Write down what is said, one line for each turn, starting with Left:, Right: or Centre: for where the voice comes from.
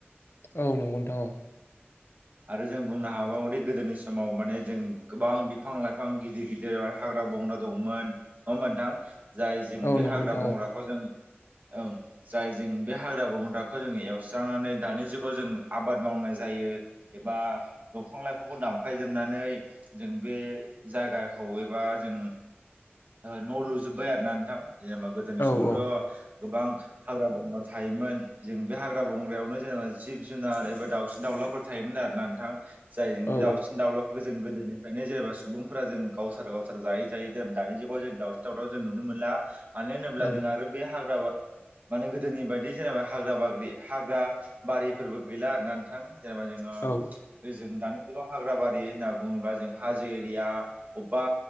Left: औ नंगौ नोंथां औ
Right: आरो जों बुंनो हाबावोदि गोदोनि समाव माने जों गोबां बिफां लाइफां गिदिर गिदिर हाग्रा हाग्रा बंग्रा दंमोन नङा मोनथां जाय जों
Left: औ
Right: बे
Left: नंगौ
Right: हाग्रा
Left: नोंथां
Right: बंग्राखौ जों ओं जाय जों बे हाग्रा बंग्राखौ जों एवस्रांनानै दानि जुगाव जों आबाद मावनानै जायो एबा दंफां लाइफांखौ दानफायजोबनानै जों बे जायगाखौ एबा जों
Left: <inaudible> <unintelligible>
Right: न' लुजोब्बाय आरो ना नोंथां जेनेबा गोदोनि
Left: औ
Right: समावथ'
Left: औ
Right: गोबां हाग्रा बंग्रा थायोमोन जों बे हाग्रा बंग्रायावनो जेनेबा जिब जुनार एबा दाउसिन दाउलाफोर थायोमोन आरोना नोंथां जायजों
Left: औ
Right: बे दाउसिन दाउलाफोरखो जों गोदोनिफ्रायनो जेनेबा सुबुंफोरा जों गावथार गावथार जायै जायै जेनेबा दानि जुगाव जों दावसिन दावलाखो जों नुनो मोनला मानो होनोब्ला
Left: औ
Right: जों आरो बे हाग्रा बा माने गोदोनि बायदि जेनेबा हाग्रा बाग्रि हाग्रा बारिफोरबो गैला आरोना नोंथां जेनेबा जोङो
Left: औ
Right: ओजों दानि हाग्राबारि होनना बुङोब्ला जों हाजो एरिया अबबा